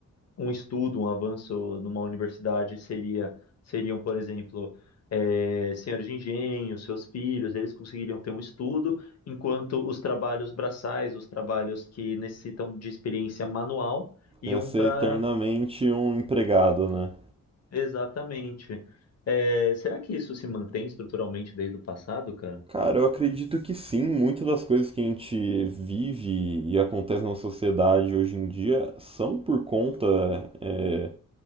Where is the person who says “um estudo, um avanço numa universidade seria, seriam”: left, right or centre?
Left